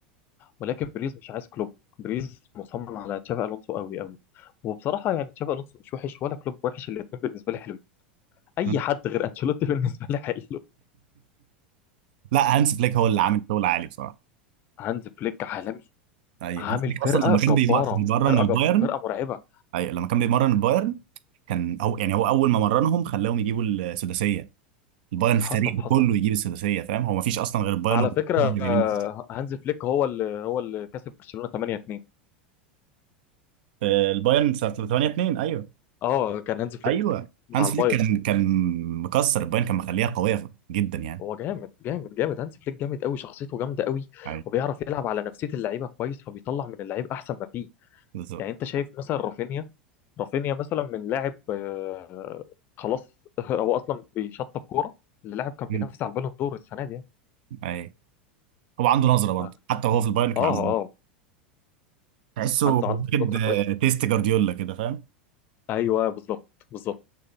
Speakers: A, on the left; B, on the right.
A: ولكن بريز مش عايز كلوب بريز مصمم على تشافي الونسو قوي قوي وبصراحه يعني تشافي الونسو مش وحش ولا كلوب وحش الاثنين بالنسبه لي حلوين اي
B: <laughs>
A: حد غير انشيلوتي <laughs> بالنسبه لي حلو
B: لا هانس فليك هو اللي عامل شغل عالي بصراحه
A: هانز فليك عالمي
B: ايوه
A: عامل
B: هانس فليك
A: فرقه
B: اصلا لما كان
A: جباره
B: بيمرن
A: فرقه
B: البايرن
A: جب... فرقه مرعبه
B: أيوة. لما كان بيمرن البايرن كان هو يعني هو اول ما مرنهم خلاهم يجيبوا السداسيه البايرن في
A: حصل
B: تاريخه
A: حصل
B: كله يجيب السداسيه فاهم هو ما فيش اصلا غير البايرن
A: على
B: وبرشلونة
A: فكره
B: اللي جايبين
A: آه، هانز فليك هو اللي هو اللي كسب برشلونه 8 2
B: آه، البايرن سنه 8 2 ايوه
A: اه كان هانز فليك
B: ايوه
A: مع
B: هانس
A: البايرن
B: فليك كان كان مكسر البايرن كان مخليها قويه جدا يعني
A: هو جامد جامد جامد هانز فليك جامد قوي شخصيته جامده قوي
B: ايوه
A: وبيعرف يلعب على نفسيه اللعيبه كويس فبيطلع من اللعيب احسن ما فيه
B: بالظبط
A: يعني انت شايف مثلا رافينيا رافينيا مثلا من لاعب آه، خلاص <laughs> هو اصلا بيشطب كوره للاعب كان
B: مم.
A: بينافس على البالون دور السنه دي يعني
B: ايوه هو عنده نظره برضه
A: ف-
B: حتى وهو في البايرن كان
A: اه
B: عنده نظرة.
A: اه
B: تحسه
A: عنده
B: واخد
A: عنده نظره كويسه
B: آه، تيست جارديولا كده فاهم
A: ايوه بالظبط بالظبط